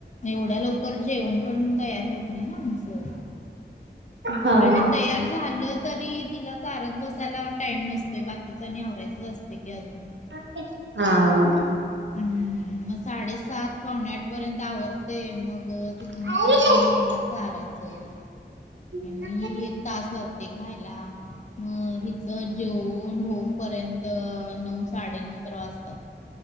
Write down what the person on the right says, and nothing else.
हा.
हा.
हा.
आता